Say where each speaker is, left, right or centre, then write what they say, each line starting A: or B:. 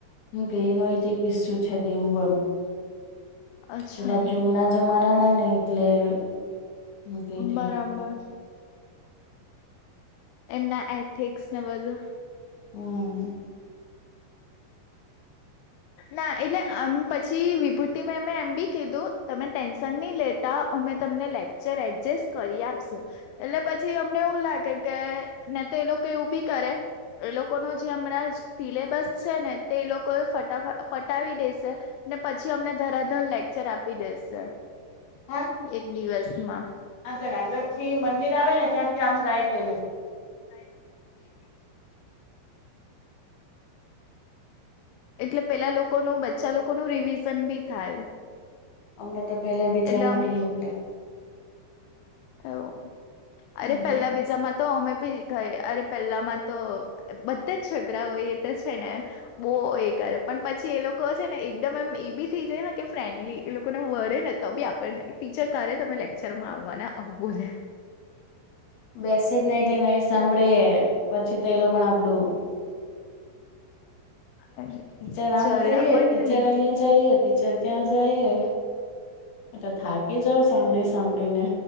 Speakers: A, on the left (about 65°); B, on the left (about 80°).
A: કે એનો એક ઇસ્સુ છે એવું એમ.
B: અચ્છા
A: પેલા જૂના જમાના ના ને એટલે હવું.
B: બરાબર
A: <unintelligible>
B: એમના એથિક્સને બધું
A: હમ!
B: ના એટલે આમ પછી, વિભૂતિ મે મેં એમ બી કીધું તમે ટેન્શન નહી લે અમે તમને લેક્ચર એડજસ્ટ કરી આપશું. એટલે પછી અમને એવું લાગે કે ને તો એ લોકો એવું બી કરે એ લોકો ન જે હમણાં, સિલેબસ છે ને, તે એ લોકો ફટ પટાવી દેશે ને. પછી અમને તરત જ લેક્ચર આપી દેશે.
A: હા!
B: એક દિવસમાં
A: આગળ આગળથી મંદિર આવે ને, ત્યાંથી આમ રાઇટ લઈ લેજો.
B: <inaudible> એટલે પેલા લોકોનું, બચા લોકોનું રિવિઝન બી થાય.
A: અમને તો પેલા બીજામાં
B: એટલે આમ
A: બી નીકલા
B: એવું
A: હમ
B: અરે પેલા બીજામાં તો અમેબી અરે પેલામાં તો, બધા જ છગડાઓ એ તો છે ને બહુ એ કરે. પણ પછી એ લોકો છે ને, એકદમ એમ એ બી થઈ જાય ને કે ફ્રેન્ડલી એ લોકોને વરેને તો બી આપને ટીચર ક્યારે તમે લેક્ચરમાં આવવાના આવુ બોલે.
A: બેસે જ નહી નઈ સાંભળે. પછી તો એ લોકો આપડું
B: <unintelligible>
A: ટીચર આમ
B: જરા
A: કરીએ,
B: પણ
A: ટીચર
B: નહી
A: અહીંયા જઈએ, ટીચર ત્યાં જઈએ, મે તો થાકી જાાવ સાંભળી સાંભળીને.